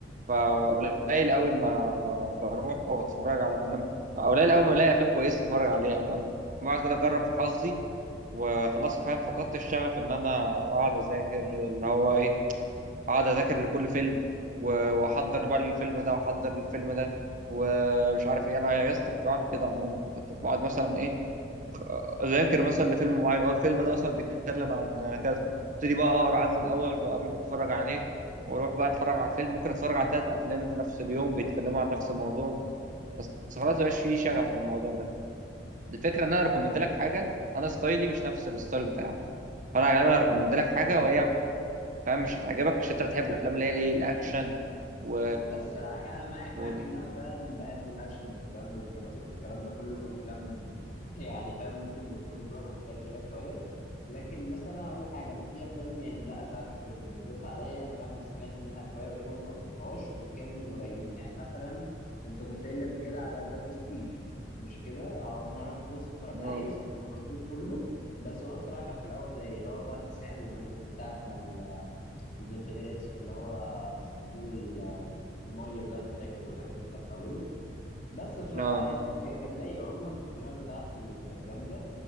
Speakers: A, on the right; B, on the left.
A: فقليل قوي ما ب- بروح واتفرج على افلام قليل قوي ما الاقي افلام كويسه اتفرج عليها فاهم بقعد كده اجرب في حظي وخلاص فاهم فقدت الشغف ان انا اقعد اذاكر اللي هو ايه اقعد اذاكر لكل فيلم و- واحضر بقى الفيلم ده واحضر الفيلم ده ومش عارف ايه انا يا اسطى كنت بعمل كده عموما كنت بقعد مثلا ايه اذاكر مثلا لفيلم معين اه الفيلم ده مثلا بيتكلم عن كذا ابتدي بقى اقرا عنه الاول بقى قبل ما اتفرج عليه واروح بقى اتفرج على الفيلم ممكن اتفرج على ثلاث افلام في نفس اليوم بيتكلموا عن نفس الموضوع بس خلاص مبقاش فيه شغف للموضوع ده الفكره ان انا ريكومند لك حاجه انا ستايلي مش نفس الستايل بتاعك فانا غالبا هريكومند لك حاجه وهي فاهم مش هتعجبك عشان انت بتحب الافلام اللي هي ايه الاكشن و
B: بص انا معاك
A: و
B: معاك ان انا فاهم بحب الاكشن والكلام والدراماتيك والكلام ده كله في افلام يعني فاهم ممكن يكون ذوقنا مختلف فيها شويه لكن مثلا هقول لك حاجه انت في افلام يعني لا فعلا انت ريكومندتها عليا يعني فاهم انا سمعت منها شويه وكده ما خلصتهاش وكانوا رايقين يعني مثلا انت كنت قايل لي قبل كده على ذا برستيج مش كده أهو انا رحت بص اتفرجت
A: اه
B: عليه بس ما خلصتوش كله بس هو بصراحه كان في الاول رايق اللي هو بقى فيه سحر وماجيك وساعه ما ال- البنت غرقت في اللي هو صندوق ال- ال- المية ده فاكر والحاجات دي كان في أوله بس فيعني
A: اه
B: ك- كان رايق وعموما التقييمات بتاعته كانت جامدة